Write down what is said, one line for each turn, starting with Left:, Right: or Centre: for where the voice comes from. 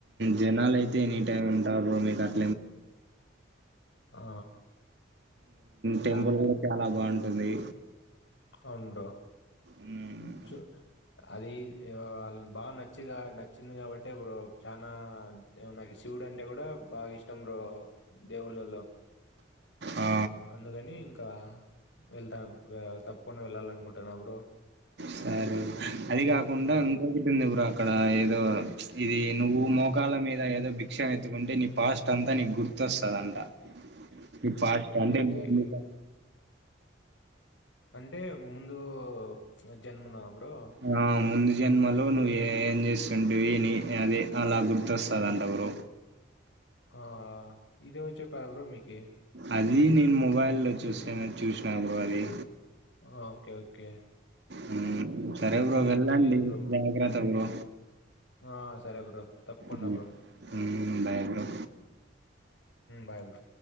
Right: జనాలు అయితే ఎనిటైమ్ ఉంటారూ బ్రో మీ దగ్గ
Left: ఆ
Right: టెంపుల్
Left: దాంతే
Right: కూడా చాలా బాగుంటుంది
Left: అవును బ్రో
Right: ఆ
Left: చూ అది వాళ్ళ బాగా నచ్చి నచ్చింది కాబట్టి బ్రో చనా నాకు శివుడు అంటే కూడా బాగా ఇష్టం బ్రో దేవుళ్ళలో
Right: ఆ,
Left: అందుకని ఇంకా వెళ్తాము బ్రో తప్పకుండా వెళ్ళాలి అనుకుంటున్నావా బ్రో
Right: సారీ అది కాకుండా
Left: ఆ,
Right: ఇంకొకటింది బ్రో అక్కడ ఏదో ఇది నువ్వు మోగాల మీద ఏదో బి క్షం ఎత్తుకుంటే నీ పాస్ట్ అంతా నీకు గుర్తొస్తుందంట మీకు ఫాస్ట్ అంటే
Left: ఇది
Right: మేం
Left: తెలీదు
Right: ఇగ
Left: అంటే ముందు జన్మన బ్రో
Right: ఆ, ముందు జన్మలో నువ్వు ఏం చేస్తుంటివిని అదే అలా గుర్తొస్తుందంట బ్రో
Left: ఆ ఇది ఎవరు చెప్పారు బ్రో మీకి
Right: అది నేను మొబైల్లో చూసాను చూసినా బ్రో అది
Left: ఆ, ఓకే ఓకే
Right: హ్మ్. సరే బ్రో
Left: ఇది
Right: వెళ్ళండి
Left: తెలియదు బ్రో
Right: జాగ్రత్త బ్రో
Left: ఆ సరే బ్రో తప్పుకుండ
Right: హ్మ్.
Left: బ్రో
Right: హ్మ్. Bye bro.
Left: Bye bro